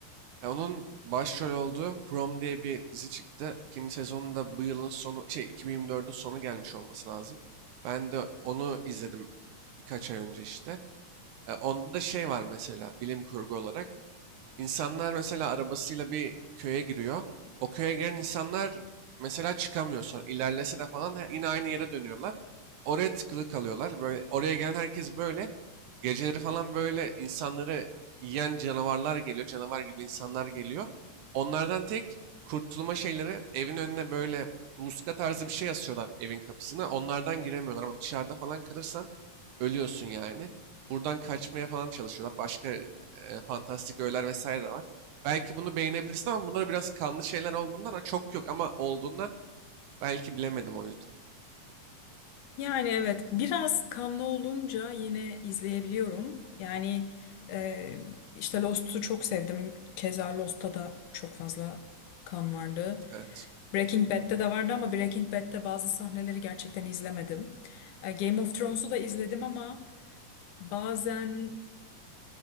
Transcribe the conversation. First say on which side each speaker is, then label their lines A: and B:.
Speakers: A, on the right; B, on the left.
A: E, onun başrol olduğu Prom diye bir dizi çıktı. İkinci sezonunda bu yılın sonu, şey 2024'ün sonu gelmiş olması lazım. Ben de onu izledim birkaç ay önce işte. E, onda da şey var mesela bilim kurgu olarak. İnsanlar mesela arabasıyla bir köye giriyor. O köye giren insanlar mesela çıkamıyor sonra. İlerlese de falan he- yine aynı yere dönüyorlar. Oraya tıkılı kalıyorlar. Böyle oraya gelen herkes böyle. Geceleri falan böyle insanları yiyen canavarlar geliyor. Canavar gibi insanlar geliyor. Onlardan tek kurtulma şeyleri evin önüne böyle muska tarzı bir şey asıyorlar evin kapısına. Onlardan giremiyorlar ama dışarıda falan kalırsan ölüyorsun yani. Buradan kaçmaya falan çalışıyorlar. Başka e, fantastik öğeler vesaire de var. Belki bunu beğenebilirsin ama bunlar biraz kanlı şeyler olduğundan ha, çok yok ama olduğundan belki bilemedim o yüzden.
B: Yani evet biraz kanlı olunca yine izleyebiliyorum. Yani e, işte Lost'u çok sevdim. Keza Lost'ta da çok fazla kan vardı.
A: Evet.
B: Breaking Bad'de de vardı ama Breaking Bad'de bazı sahneleri gerçekten izlemedim. E, Game of Thrones'u da izledim ama bazen